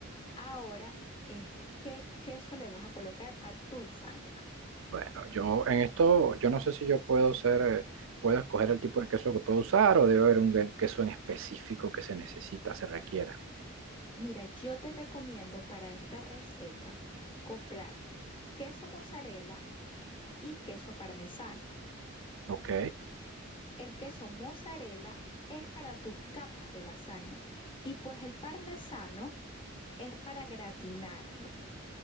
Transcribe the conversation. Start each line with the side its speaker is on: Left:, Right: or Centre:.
Left: Ahora es qué queso le vas a colocar a tu lasaña.
Right: Bueno, yo en esto, yo no sé si yo puedo ser, eh, puedo escoger el tipo de queso que puedo usar o debe haber un gue- queso en específico que se necesita, se requiera.
Left: Mira, yo te recomiendo para esta receta comprar queso mozzarella y queso parmesano.
Right: Ok,
Left: El queso mozzarella es para tus capas de lasaña y pues el parmesano es para gratinarlo.